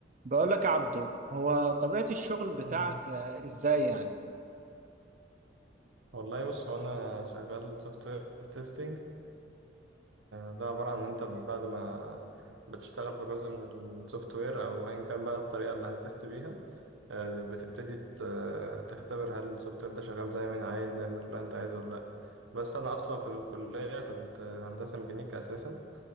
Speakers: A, on the right (about 40°); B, on the right (about 85°).
A: بقول لك يا عبدو هو طبيعة الشغل بتاعك
B: آه.
A: آه، ازاي يعني
B: والله بص هو انا شغال سوفت وير تيستنج ده عباره عن ان انت بعد ما بتشتغل في جزء من السوفت وير او ايا كان بقى الطريقه اللي هتست بيها آه، بتبتدي ت- تختبر هل السوفت وير ده شغال زي ما انا عايز زي ما الكلاينت عايز ولا لا بس انا اصلا في الكليه كنت هندسه ميكانيكا اساسا